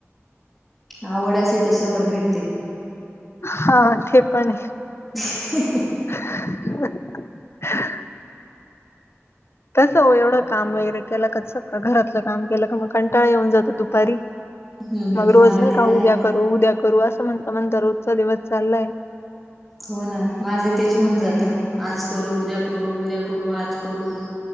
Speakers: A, in the centre; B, on the left (about 55°).
A: आवड असली तर, संवड भेटते.
B: हां ते पण ये.
A: ह्ह्स हं हम.
B: ह्ह्स हं. कसं हो एवढं काम वगैरे केलं का सगळं, घरातलं काम केलं का मग कंटाळ येऊन जातो दुपारी.
A: हम्म हम्म
B: मग रोज
A: हा
B: नही
A: ते
B: का
A: तर आहेच
B: उद्या करू, उद्या करू, असं म्हणता म्हणता रोजचा दिवस चाललाय.
A: हो ना, माझं तेच होऊन जातं. आज करू, उद्या करू, उद्या करू, आज करू.